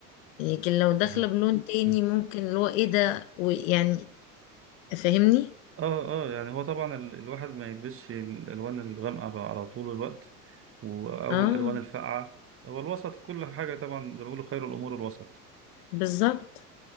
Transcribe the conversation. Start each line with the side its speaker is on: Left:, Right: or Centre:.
Left: لكن لو داخله
Right: صحيح
Left: بلون تاني
Right: مم.
Left: ممكن اللي هو ايه ده ويعني فاهمني
Right: اه اه يعني هو طبعا ال- الواحد ما يلبسش الالوان الغامقه بقى على طول الوقت و- او
Left: اه
Right: الالوان الفاقعه هو الوسط كل حاجه طبعا زي ما بيقولوا خير الامور الوسط
Left: بالظبط